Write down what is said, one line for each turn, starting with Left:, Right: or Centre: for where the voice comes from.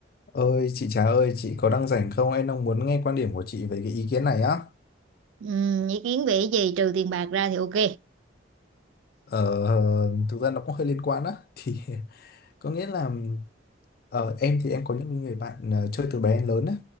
Left: Ơi chị Trà ơi, chị có đang rảnh không? Em đang muốn nghe quan điểm của chị về cái ý kiến này á.
Right: Ừm, ý kiến về cái gì trừ tiền bạc ra thì ok
Left: Ờ, thực ra nó cũng hơi liên quan á <laughs> thì có nghĩa là ờ, em thì em có những người bạn ờ, chơi từ bé đến lớn á